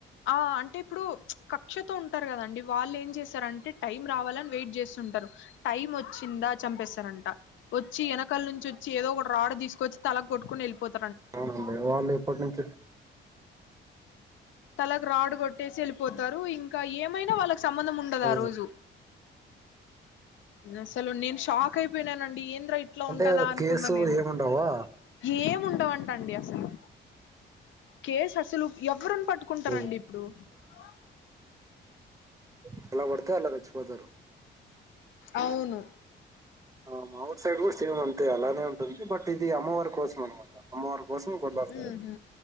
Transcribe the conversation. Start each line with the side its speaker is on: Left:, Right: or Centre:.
Left: ఆ అంటే ఇప్పుడు కక్షతో ఉంటారు కదండి వాళ్ళు ఏం చేశారంటే టైం రావాలని వెయిట్ చేస్తుంటారు టైం వచ్చిందా చంపేస్తారంట వచ్చి వెనకాల నుంచి వచ్చి ఏదో ఒకటి రాడ్ తీసుకొచ్చి తలకి కొట్టుకుని వెళ్ళిపోత
Right: అవునండి వాళ్ళు ఎప్పటి నుంచి
Left: తలకు రాడ్ కొట్టేసి వెళ్ళిపోతారు ఇంకా ఏమైనా వాళ్ళక్ సంబంధం ఉండదు
Right: ఓ
Left: ఆ రోజు అసలు నేను షాక్ అయిపోయినానండి ఏం ఏం ట్రా ఇట్లా
Right: అంటే
Left: ఉంటదా అనుకున్నా
Right: కేసు
Left: నేను
Right: ఏముండవా
Left: ఏమిండవు టాండి అసలు కేస్ అసలు ఎవరినీ పట్ కుంటారండి
Right: ఓ
Left: ఇప్పుడు ఏయ్
Right: హు ఎలా కొడ్ తే అల రెచ్చిపోతారు
Left: అవును
Right: ఆ మావూర్ సైడ్ కూడా సేమ్ అంతే అలానే ఉం ఉంది బట్ ఇది అమ్మవారి కోసం అన్నమాట అమ్మవారి కోసం కొట్లాడతారు
Left: హుహు.